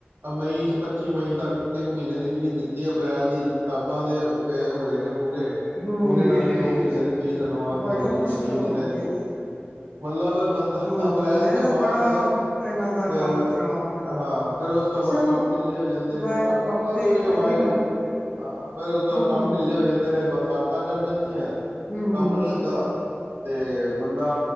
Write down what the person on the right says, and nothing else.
ਮਈ ਚ ਪ ਪੱਚੀ ਮਈ ਤੱਕ। ਇੱਕ ਮਹੀਨੇ ਦੀ ਫੀਸ ਦਿੱਤੀ ਐ ਅਪ੍ਰੈਲ ਦੀ, ਕਿਤਾਬਾਂ ਦੇ ਪ ਹੋਏ ਨੇ ਪੂਰੇ,
ਹੁਣ ਇਹਨਾਂ ਨੇ ਦੋ ਮਹੀਨੇ ਦੀ ਫੀਸ ਅਡਵਾਂਸ
ਲਓ ਜੀ
ਮਈ ਦੀ
ਤੇ
ਜੂਨ ਦੀ। ਮੱਲਬ ਬੰਦਾ
ਅਪ੍ਰੈਲ
ਤੋਂ
ਬਾਅਦ,
ਅਹ
ਹਾਂ ਫਿਰ ਉਸ ਤੋਂ ਬਾਅ
ਕੰਮ ਢਿੱਲੇ ਹੋ ਜਾਂਦੇ
ਨੇ, ਬਾਕੀ
ਬਸ ਸੋਹੀ ਹੋ
ਵਾਹਿਗੁਰੂ ਹਾਂ ਫ ਉਸ ਤੋਂ
ਕੰਮ ਢਿੱਲੇ ਹੋ ਜਾਂਦੇ। ਨੇ ਬਰਸਾਤਾਂ ਚੜ ਜਾਂਦੀਆਂ
ਕੰਮ ਨੀ ਹੁੰਦਾ। ਅਤੇ ਬੰਦਾ